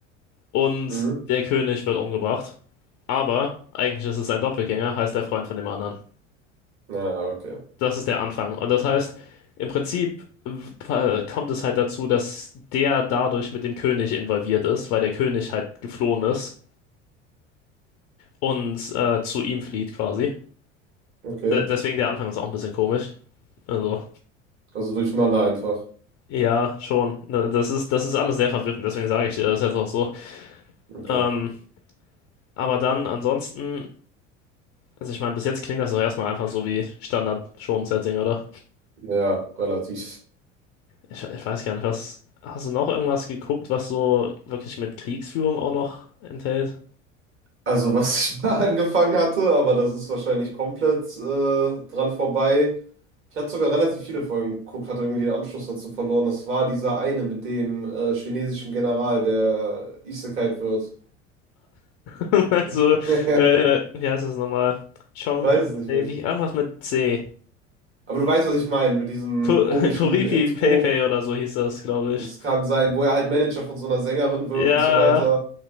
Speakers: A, on the left; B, on the right.
A: und
B: Mhm.
A: der König wird umgebracht. Aber eigentlich ist es ein Doppelgänger, heißt der Freund von dem anderen.
B: Na, okay.
A: Das ist der Anfang. Und das heißt, im Prinzip äh, kommt es halt dazu, dass der dadurch mit dem König involviert ist, weil der König halt geflohen ist und äh, zu ihm flieht quasi.
B: Okay.
A: De deswegen der Anfang ist auch ein bisschen komisch. Also,
B: Also durcheinander einfach.
A: ja, schon. Ne, Das ist, das ist alles sehr verwirrend, deswegen sage ich dir das jetzt auch so.
B: Okay.
A: Ähm, aber dann ansonsten, also ich meine, bis jetzt klingt das doch erstmal einfach so wie Standard Shonen-Setting, oder?
B: Ja, relativ.
A: Ich, ich weiß gar nicht, was. Hast du noch irgendwas geguckt, was so wirklich mit Kriegsführung auch noch enthält?
B: Also was ich <laughs> mal angefangen hatte, aber das ist wahrscheinlich komplett äh, dran vorbei. Ich hatte sogar relativ viele Folgen geguckt, hatte irgendwie den Anschluss dazu verloren. Das war dieser eine mit dem äh, chinesischen General, der Isekai'd wird.
A: <laughs> Also,
B: <laughs>
A: äh, wie heißt es nochmal? Chong,
B: Ich weiß es nicht
A: nee,
B: mehr.
A: wie, irgendwas mit C.
B: Aber du weißt, was ich meine mit diesem
A: Ko <laughs>
B: komischen
A: Koripi
B: Intro.
A: Pepe oder so hieß das, glaube ich.
B: Es kann sein, wo er halt Manager von so einer Sängerin wird
A: Ja,
B: und so weiter.